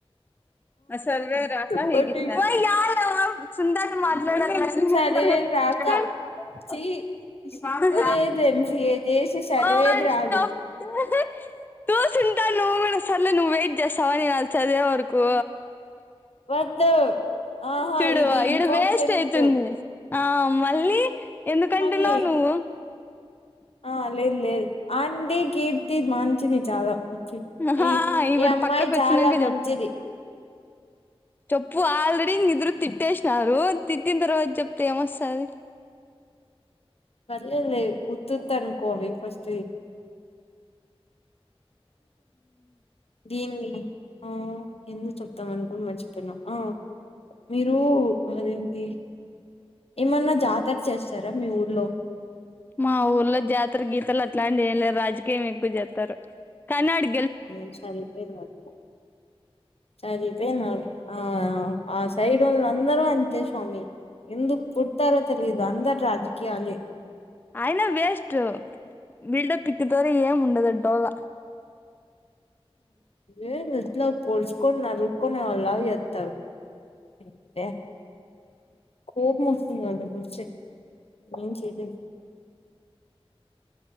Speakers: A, on the left; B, on the left.
A: అవా
B: చెప్పండి
A: యాదిలే అవా సునితతో మాట <unintelligible>
B: చదివేది రాక చి సిగ్గు లేదు ఎంసీఏ చేసి చదివేది
A: ఆ నేను
B: రాదు
A: చెప్తే తూ సునీత నువ్వు కూడ సర్లే నువ్వు వైట్ చేస్తావ నేను అది చదివే వరకు
B: వద్దు ఆహా
A: చూడు
B: ఇది ఇంపార్టెంట్
A: ఈడ వేస్ట్ అయితుంది ఆ మళ్ళీ ఎందుకంటున్నావు
B: మళ్ళీ
A: నువ్వు
B: ఆ లేదు లేదు ఆంటీ కీర్తి మంచిది చాలా
A: ఆహా
B: ఈ
A: ఇప్పుడు
B: ఈ అమ్మాయి
A: పక్కకు వచ్చినాక
B: చాలా మంచిది
A: చెప్పు చెప్పు ఆల్రెడీ ఇంగ ఇద్దరు తిట్టేస్ నారు తిట్టిన తర్వాత చెప్తే ఏమొస్తది
B: లేదులే ఉత్తుత్తనుకో అవి ఫస్ట్ వి దీన్ని ఆ ఏందో చెప్దామనుకొని మర్చిపోయిన ఆ మీరు అదేంటి ఏమన్నా జాతర చేస్తారా మీ ఊర్లో
A: మా ఊర్లో జాతర గీతరలు అట్లాంటివి ఏం లే రాజకీయం ఎక్కువ చేస్తారు కన్నాడి
B: హు సరిపోయింది మొత్తం సరి <unintelligible> ఆ ఆ సైడ్ వాళ్లందరూ అంతే స్వామి. ఎందుకు పుట్టారో తెలియదు అందరూ రాజకీయాలే.
A: అయినా వేస్ట్ బిల్డపిత్తే దోర ఏం ఉండదాడ డొల్ల.
B: ఏ ఎట్లా పొడుచుకొని నరుక్కునే వాళ్ళా చే. యెబ్బే కోపం వస్తుంది ఆళ్ళని చూస్తే. ఏం చేయలేము.